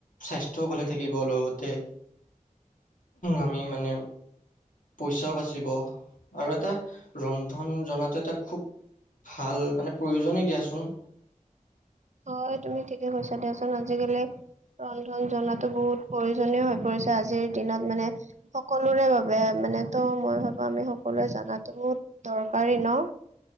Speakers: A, on the left; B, on the right.
A: স্বাস্থ্যও ভালে থাকিব। লগতে আমি মানে পইচাও বাচিব। আৰু এটা ৰন্ধন জনাতো এটা খুব ভাল মানে প্ৰয়োজনে দিয়াচোন।
B: হয়, তুমি ঠিকে কৈছা। দিয়াচোন আজিকালি ৰন্ধন জনাতো বহুত প্ৰয়োজনীয় হৈ পৰিছে আজিৰ দিনত মানে। সকলোৰে বাবে মানে তো মই ভাবো আমি সকলোৱে জানাতো বহুত দৰকাৰী ন।